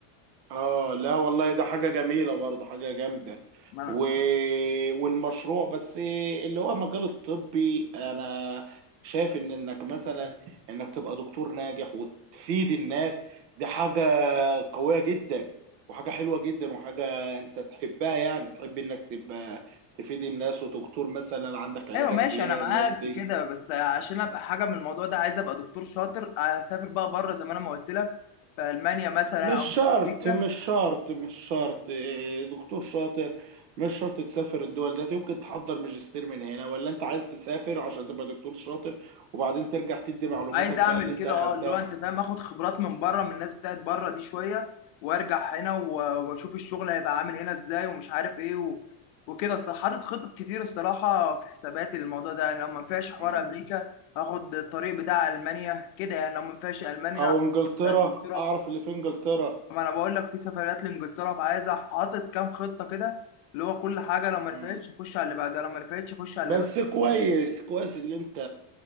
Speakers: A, on the right; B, on the left.
A: اه لا والله ده حاجه جميله برضه حاجه جامده
B: ما أنا...
A: و... والمشروع بس اللي هو مجال الطبي انا شايف ان انك مثلا انك تبقى دكتور ناجح وتفيد الناس دي حاجه قوية جدا وحاجة حلوة جدا وحاجة انت تحبها يعني تحب انك تبقى تفيد الناس ودكتور مثلا عندك عيادة
B: ايوه ماشي
A: كبيرة
B: انا معاك
A: الناس تيجي
B: في كده بس عشان ابقى حاجه من الموضوع ده عايز ابقى دكتور شاطر اسافر بقى بره زي ما انا ما قلت لك في المانيا مثلا
A: مش
B: او
A: شرط
B: في امريكا
A: مش شرط مش شرط إيه، دكتور شاطر مش شرط تسافر الدول ده يمكن تحضر ماجستير من هنا ولا انت عايز تسافر عشان تبقى دكتور شاطر وبعدين ترجع تدي معلوماتك
B: عايز اعمل
A: بقى اللي
B: كده
A: انت اخدتها
B: اه اللي هو انت فاهم اخد خبرات من بره من الناس بتاعت بره دي شويه وارجع هنا و- واشوف الشغل هيبقى عامل هنا ازاي ومش عارف ايه و... وكده الصراحه حاطط خطط كتير الصراحه في حساباتي للموضوع ده يعني لو ما نفعش حوار
A: مم.
B: امريكا هاخد الطريق بتاع المانيا كده يعني لو ما نفعش المانيا
A: او انجلترا
B: انجلترا
A: اعرف اللي في انجلترا
B: ما انا بقول لك في سفريات لانجلترا فعايز حاطط كام خطه كده اللي هو كل حاجه لو ما
A: مم.
B: نفعتش اخش على اللي بعدها لو ما نفعتش اخش على اللي
A: بس
B: بعدها
A: كويس كويس اللي انت